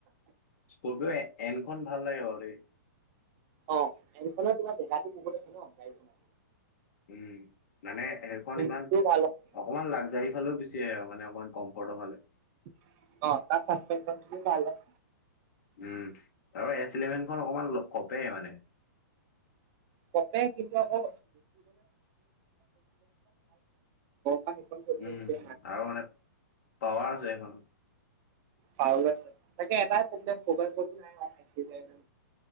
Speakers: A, on the left; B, on the right.
A: স্কৰ্পিঅ' এন খন ভাল লাগে বাৰু দেই।
B: অ এনখনৰ তোমাৰ জেগাতো বহুত আছে ন। গাড়ীখনৰ
A: উম, মানে এণখন
B: ইঞ্জিনটোও
A: ইমান
B: ভাল হয়,
A: অকমান লাগজাৰী ফালেও বেছি। সেয়াই আৰু মানে অকণমান কম্ফৰ্তৰ ফালে।
B: অ', তাৰ চাসপেন্শন খিনি ভালে।
A: উম। আৰু এচ ইলেভেনখন অকমান কপে মানে।
B: কপে। কিন্তু আকৌ পৰা সেইখন চলি
A: উম,
B: আহিছে
A: আৰু মানে পাৱাৰ আছে এইখন।
B: পাৱাৰ আছে। তাকে এটাই প্ৰব্লেম, মোবাইল <inaudible>